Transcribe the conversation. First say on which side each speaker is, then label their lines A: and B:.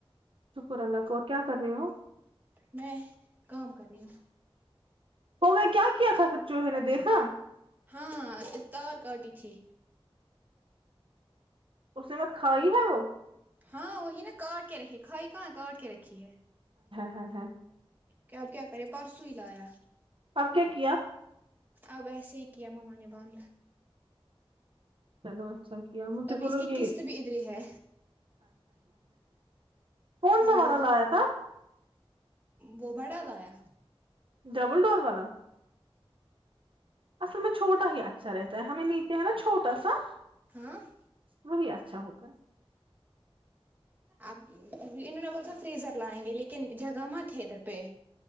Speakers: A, on the right; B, on the right.
A: شکر اللہ کو اور کیا کر رہے ہو
B: میں کام کر رہی ہوں
A: ہو گیا کیا کیا تھا پ چوہے نے دیکھا
B: ہاں تو اور کاٹی تھی
A: اس نے مت کھاائی ہے وہ
B: ہاں وہی نا کاٹ کے رکھی ہے کھائی کہاں کاٹ کے رکھی ہے
A: ہاں ہاں <inaudible>
B: کیا کیا کرے پرسوں ہی لایا
A: اب کیا کیا <inaudible>
B: اب ایسے ہی کیا مما نبان
A: چلو <inaudible> اچھا کیا مجھے
B: ابھی
A: بولو
B: اس کی
A: یہ
B: قسط بھی ادھر ہی ہے
A: کون
B: ہاں
A: سا
B: بولو
A: والانا لایا تھا <inaudible>
B: وہ بڑا لاویا
A: ڈبل ڈور والا اصل میں چھوا ہی اچھا رہتا <inaudible> ہمیں نیچے ہے نا چھوٹا سا <inaudible>
B: ہاں <inaudible>
A: وہی اچھا ہوگا
B: اب انہوں نے بول تھا فریزر لائیں گے لیکن جگاما تھے ادھر پہ